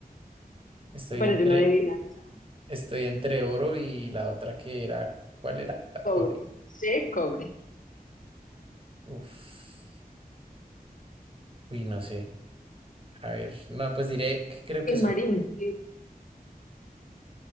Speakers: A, on the right; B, on the left.
A: Estoy
B: Me parece
A: entre,
B: una adivinanza.
A: estoy entre oro y la otra que era, ¿cuál era? La
B: Cobre.
A: oro.
B: C, cobre.
A: Uf, uy, no sé. A ver, no, pues diré que creo
B: Tin
A: que es
B: Marín,
A: oro.